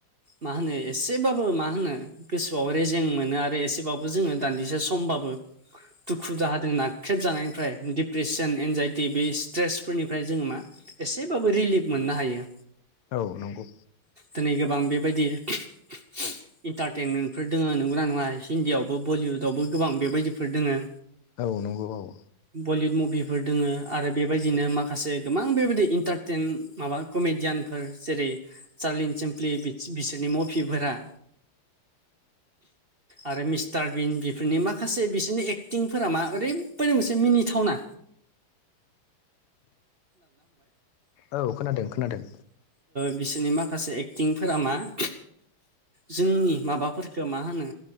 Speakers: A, on the right (about 40°); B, on the left (about 80°).
A: मा होनो एसेबाबो मा होनो गोसोआव रेजें मोनो आरो एसेबाबो जोङो दान्दिसे समबाबो दुखु जाहाजों नाख्रेब जानायनिफ्राय डिप्रेसन एनजाइटि बे स्ट्रेसफोरनिफ्राय जोङो मा एसेबाबो रिलिब मोननो हायो
B: औ नंगौ
A: दिनै गोबां बेबायदि उम उम इन्टारटेनमेन्टफोर दङो नंगौना नङा हिन्दीआव बो बलिउदआवबो गोबां बेबादिफोर दोङो
B: औ नंगौ औ
A: बलिउड मुभिफोर दङो आरो बेबादिनो माखासे गोबां बेबायदि इन्टारटेन माबा कमेडियानफोर जेरै सार्लिन चेमप्लि बिसोरनि मभिफोरा आरो मिस्टार बिन बेफोरनि माखासे बिसिनि एक्टिंफोरा मा ओरैबायदि मोनसे मिनि थावना
B: औ खोनादों खोनादों
A: बिसोरनि माखासे एक्टिंफोरा मा उम जोंनि माबाफोरखौ मा होनो